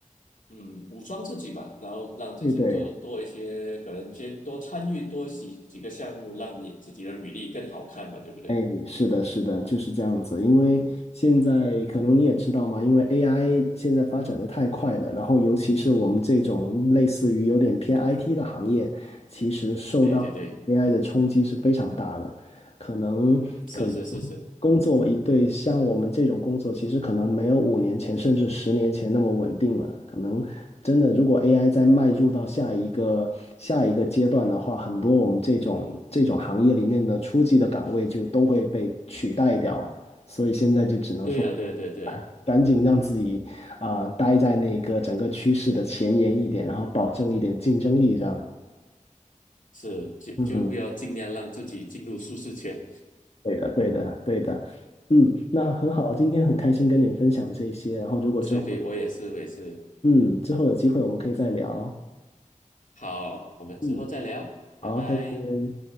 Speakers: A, on the left (about 85°); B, on the left (about 50°).
A: 嗯武装自己吧，然后让自己多多一些，
B: 对对。
A: 可能先多参与多几几个项目，让你自己的履历更好看吧，对不对？
B: 哎，是的，是的，就是这样子。因为现在可能你也知道嘛，
A: 嗯，
B: 因为 AI 现在发展的太快了，然后尤其是我们这种类似于有点偏 IT 的行业，其实受嗯到
A: 对对对，
B: AI 的冲击是非常大的。可能可能
A: 是是是是，
B: 工作一对像我们这种工作，其实可能没有五年前甚至十年前那么稳定了。可能真的，如果 AI 再迈入到下一个下一个阶段的话，很多我们这种这种行业里面的初级的岗位就都会被取代掉。所以现在就只能说，
A: 对呀、啊、对呀、啊、对呀、啊、对呀、啊，
B: 赶紧让自己啊、待在那个整个趋势的前沿一点，然后保证一点竞争力这样。
A: 是就就不要尽量让自己进入舒适圈。
B: 嗯对的，对的，对的，嗯，那很好，今天很开心跟你分享这些，然后如果之后，
A: 是对，我也是我也是。
B: 嗯，之后有机会我们可以再聊，
A: 好，我们之后再聊，
B: 嗯，
A: 拜拜。
B: 好，再见。